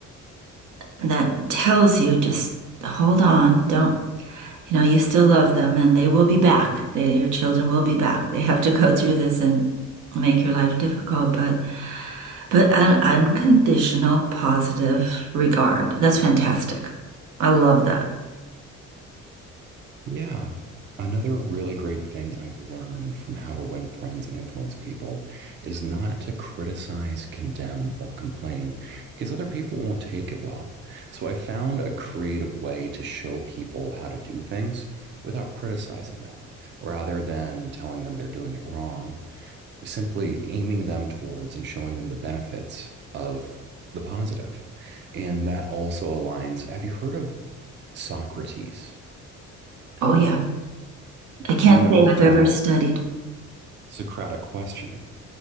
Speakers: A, on the right; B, on the right.
A: that tells you just hold on, don't you know, you still love them and they will be back. They your children will be back. They have to go through this and make your life difficult, but But an unconditional positive regard. That's fantastic. I love that.
B: Yeah. Another really great thing I've learned from how to win friends and influence people is not to criticize, condemn, or complain because other people won't take it well. So I found a creative way to show people how to do things without criticizing them, rather than telling them they're doing it wrong, simply aiming them towards and showing them the benefits of the positive. And that also aligns. Have you heard of Socrates?
A: Oh, yeah. I can't
B: Do you know
A: say
B: about
A: I've ever studied.
B: Socratic questioning.